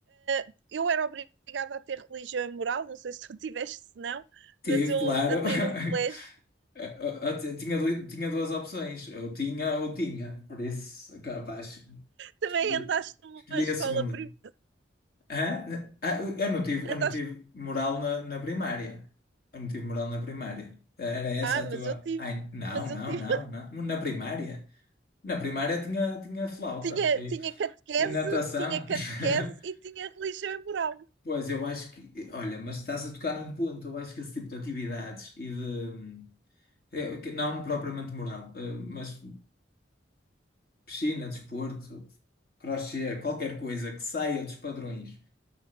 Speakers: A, on the right; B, on the left.
A: uh, eu era obrigada a ter religião e moral, não sei se tu <laughs> tiveste, se não,
B: tive,
A: mas eu
B: claro.
A: andei
B: <laughs>
A: num colégio,
B: Eh, eh, eh, Tinha, du- tinha duas opções, ou tinha ou tinha, por isso, é capaz,
A: também
B: escolhi,
A: andaste numa
B: escolhi
A: escola
B: a segunda.
A: privada,
B: Hã? Ah, eu não tive,
A: andaste,
B: eu não tive moral na, na primária. Eu não tive moral na primária. Era essa
A: ah,
B: a
A: mas
B: tua.
A: eu tive,
B: Ai, não,
A: mas
B: não,
A: eu tive,
B: não, não. Na primária. Na primária tinha, tinha flauta
A: tinha,
B: e,
A: tinha catequese,
B: e natação.
A: tinha catequese
B: <laughs>
A: e tinha religião e moral.
B: Pois, eu acho que. Olha, mas estás a tocar num ponto. Eu acho que esse tipo de atividades e de. eh, que Não propriamente moral, eh, mas Piscina, desporto, crochê, qualquer coisa que saia dos padrões